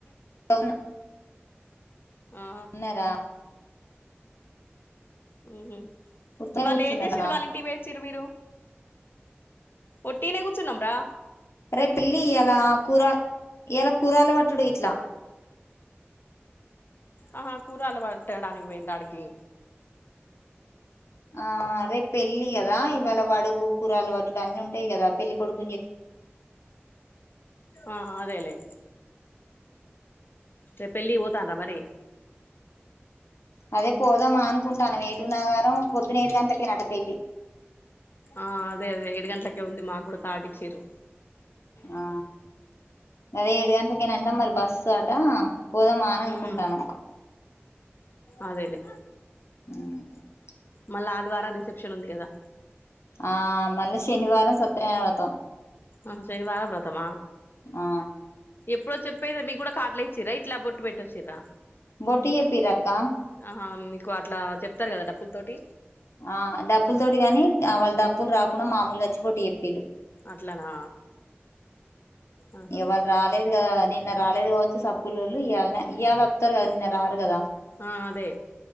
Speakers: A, on the left; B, on the left.
A: అవును
B: ఆ
A: ఉన్నారా
B: ఉహు
A: ఉత్తనే
B: ఇవల్
A: కూర్చున్నారడా
B: ఏం చేసిండ్రు వాళ్ళ ఇంటికి పోయి ఇచ్చిండ్రు మీరు ఒట్టిగ్నే కూర్చున్నాం రా
A: రే పిల్లి ఇలా కూర ఇలా కూరలు పటుడే ఇట్లా
B: ఆహా కూరల్ పట్టడానికి పోయిండ ఆడ్కి
A: ఆదె పెళ్ళి కదా ఇవాళ వడుగు కూరలు పటుడు అన్ని ఉంటాయి కదా పెళ్ళ కొడుకు
B: ఆ అదేలేే రేపు పెళ్ళికి పోతండ్రా మరి
A: అదే పోదామ్మా అనుకుంటన్నాం ఏటు నాగారం పొద్దున్న ఏడు గంటల్కే నంట పెళ్లి
B: ఆ అదే అదే ఏడు గంటల్కే ఉంది మాకు కూడా కార్డుచిరు
A: ఆ అదే ఏడు గంటల్కే ఏనాంటా మరి బస్సు అట పోదామా అని
B: హ్మ్
A: అనుకుంటానం
B: అదేలే
A: ఉ
B: మళ్ళా ఆదివారం రిసెప్షన్ ఉంది కదా
A: ఆ మల్లా శనివారం సత్యనారాయణవర్తం
B: ఆ సేనివారం వర్తమ
A: ఆ
B: ఎప్పుడో చెప్పే మీ కూడా కాార్ట్లు ఇచ్చిరా ఇట్లా బొట్టు పెట్టొచ్చిరా
A: బొట్టు చెప్పిరక్క
B: ఆహా మీకు అట్లా చెప్తారు కదా డప్పుల్తోటి
A: ఆ డబ్ప్పుల తోటి కాని వాళ్ళ డప్పులు రాకుండా మామూలుగాచ్చిబొట్టు చేప్పీరు
B: అట్లనా ఆహ
A: ఇగ వాళ్ళు రాలేదు కదా నిన్న రాలేదు కావచ్చు సప్పులుళ్ళు ఇవాళ ఇయళ వత్తారు కదా నిన్న రారు కదా
B: ఆ అదే